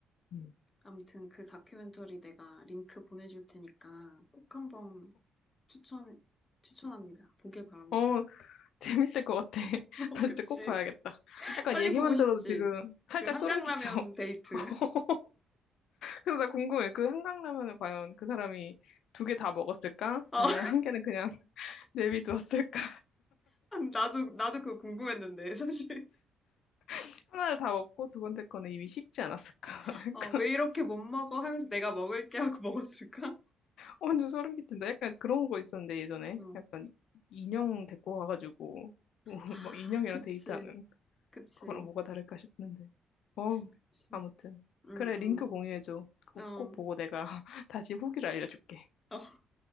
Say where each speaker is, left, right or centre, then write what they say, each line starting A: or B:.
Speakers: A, on the left; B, on the left.
A: 음.
B: 아무튼 그 다큐멘터리 내가 링크 보내줄 테니까 꼭 한번 추천, 추천합니다. 보길 바랍니다.
A: 어, <laughs> 재밌을 것 같아.
B: <laughs>
A: <laughs>
B: 어,
A: 나
B: 그치.
A: 진짜 꼭 봐야겠다. 약간
B: 빨리
A: 얘기만
B: 보고 싶지.
A: 들어도 지금 살짝
B: 그 한강라면
A: 소름 끼쳐.
B: 데이트.
A: <laughs> 그래서 나 궁금해. 그 한강라면을 과연 그 사람이 두 개 다 먹었을까?
B: <laughs> 어,
A: 아니면 한 개는 그냥 <laughs> 내비두었을까?
B: 나도, 나도 그거 궁금했는데, 사실.
A: <laughs> 하나를 다 먹고 두 번째 거는 이미 식지 않았을까?
B: <laughs>
A: <laughs> 약간
B: 어, 왜 이렇게 못 먹어 하면서 내가 먹을게 하고 <laughs> 먹었을까?
A: 완전 소름 끼친다. 약간 그런 거 있었는데 예전에
B: 어.
A: 약간 인형 데리고 와가지고 <laughs> 뭐,
B: 아,
A: 뭐 인형이랑
B: 그치.
A: 데이트하는
B: 그치.
A: 그거랑 뭐가 다를까 싶는데. 어
B: 그치.
A: 아무튼
B: 응,
A: 그래
B: 응.
A: 링크 공유해줘. 그거
B: 어,
A: 꼭 보고 내가 <laughs> 다시 후기를 알려줄게.
B: 어, <laughs>